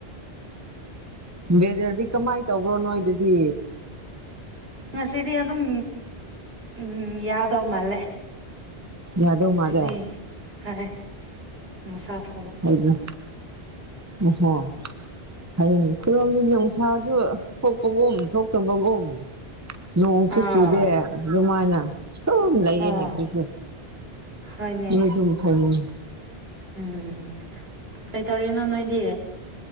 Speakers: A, on the right; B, on the right.
A: ꯎꯝꯝ ꯕꯦꯗꯔꯗꯤ ꯀꯃꯥꯏꯅ ꯇꯧꯕ꯭ꯔꯣ ꯅꯣꯏꯗꯗꯤ
B: ꯉꯁꯤꯗꯤ ꯑꯗꯨꯝ ꯎꯝ ꯌꯥꯗꯧ ꯃꯥꯜꯂꯦ
A: ꯌꯥꯗꯧ
B: ꯉꯁꯤꯗꯤ
A: ꯃꯥꯜꯂꯦ
B: ꯍꯥꯏ ꯅꯨꯡꯁꯥꯗꯣ
A: ꯍꯥꯏꯕꯨ ꯎꯍꯣ ꯍꯌꯦꯡ ꯑꯩꯈꯣꯢꯔꯣꯝꯒꯤ ꯅꯨꯡꯁꯥꯁꯨ ꯊꯣꯛꯄꯒꯨꯝ ꯊꯣꯛꯇꯕꯒꯨꯝ ꯅꯣꯡꯁꯨ
B: ꯑꯥ
A: ꯆꯨꯗꯦ ꯑꯗꯨꯃꯥꯏꯅ ꯁꯨꯝ ꯂꯩꯌꯦꯅꯦ
B: ꯑꯥ
A: ꯀꯔꯤꯅꯣ
B: ꯍꯣꯏꯅꯦ
A: ꯅꯣꯏꯗꯨꯝ ꯐꯩꯌꯦ
B: ꯎꯝ ꯀꯩꯇꯧꯔꯤꯅꯣ ꯅꯣꯏꯗꯤ